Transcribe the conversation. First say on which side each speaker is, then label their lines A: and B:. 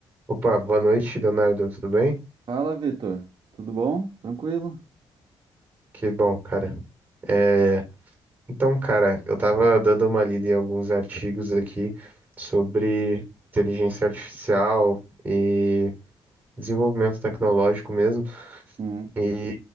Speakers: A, on the right; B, on the right.
A: Opa, boa noite, Leonardo, tudo bem?
B: Fala, Vitor. Tudo bom? Tranquilo?
A: Que bom, cara. É, então, cara, eu tava dando uma lida em alguns artigos aqui sobre inteligência artificial e desenvolvimento tecnológico mesmo,
B: Hum,
A: e